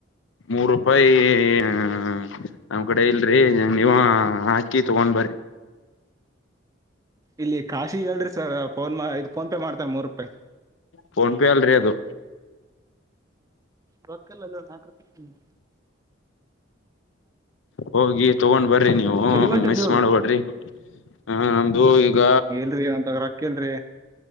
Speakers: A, on the left; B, on the right.
A: ಮೂರ್ ರೂಪಾಯಿ ಹ್ಮ್ ಹ್ಮ್ ನಮ್ಮ್ ಕಡೆ ಇಲ್ರಿ ನೀವು ಹಾಕಿ ತಗೊಂಡ್ ಬರಿ
B: <inaudible> ಇಲ್ಲಿ ಕಾಶಿಗ ಹೇಳ್ರಿ ಸರ್ ಫೋನ್ ಇ ಫೋನ್ ಪೇ ಮಾಡ್ತಾರೆ ಮೂರು ರೂಪಾಯಿ
A: ಫೋನ್ ಪೇ ಅಲ್ರಿ ಅದು
B: ರೋಕಲ್ಲಲ್ಲೋ ನಾಲ್ಕ ರಪ
A: ಹೋಗಿ ತಗೊಂಡ್ ಬರ್ರಿ ನೀವು
B: ಎಲ್ಲಿ ಹೊಂಟಿರಿ
A: ಹ ಮಿಸ್
B: ಇವಾಗ
A: ಮಾಡಬೋಡ್ರಿ ಹ ನಮ್ದು ಈಗ
B: ಇಲ್ರಿ ಅಂತ ರೊಕ್ಕ ಇಲ್ರಿ